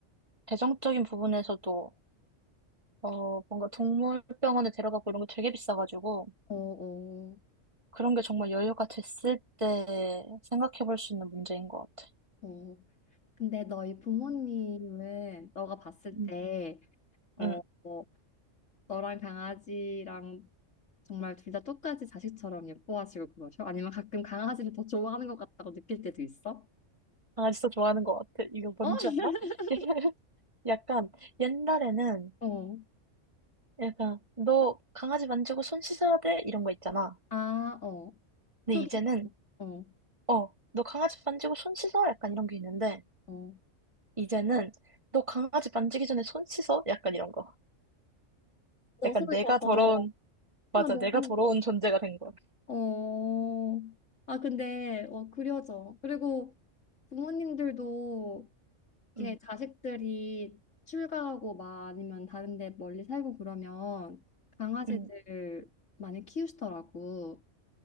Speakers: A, on the right; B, on the left.
A: 재정적인 부분에서도 어, 뭔가 동물병원에 데려가고 이런 거 되게 비싸가지고
B: 어, 어,
A: 그런 게 정말 여유가 됐을 때 생각해 볼 수 있는 문제인 것 같아.
B: 어. 근데 너희 부모님은 너가 봤을
A: 응,
B: 때, 어,
A: 응.
B: 어, 너랑 강아지랑 정말 둘 다 똑같이 자식처럼 예뻐하시고 그러셔? 아니면 가끔 강아지를 더 좋아하는 것 같다고 느낄 때도 있어?
A: 아, 진짜 좋아하는 것 같아. 이거 뭔지
B: 어? <laughs>
A: 알아? <laughs> 약간 옛날에는
B: 어.
A: 약간 너 강아지 만지고 손 씻어야 돼 이런 거 있잖아.
B: 아, 어.
A: 근데
B: 초기,
A: 이제는
B: 어,
A: 어, 너 강아지 만지고 손 씻어 약간 이런 게 있는데
B: 어.
A: 이제는 너 강아지 만지기 전에 손 씻어 약간 이런 거.
B: 너
A: 약간
B: 손이
A: 내가
B: 더 더러워.
A: 더러운 맞아
B: 아, 너무.
A: 내가 더러운 존재가 된 거야.
B: 어. 아, 근데, 어, 그려져. 그리고 부모님들도 이렇게
A: 응,
B: 자식들이 출가하고 막 아니면 다른 데 멀리 살고 그러면 강아지들
A: 응,
B: 많이 키우시더라고.